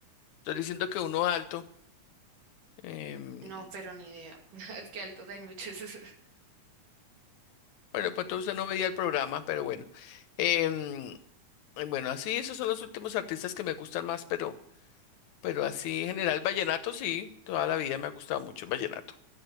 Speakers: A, on the left; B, on the right.
A: estoy diciendo que uno alto, em,
B: no, pero ni idea, <laughs> es que altos hay muchos, <laughs>
A: bueno, pues entonces
B: Y-
A: no veía el programa, pero bueno, Em, bueno, así esos son los últimos artistas que me gustan más, pero Pero así en general, vallenato sí, toda la vida me ha gustado mucho el vallenato.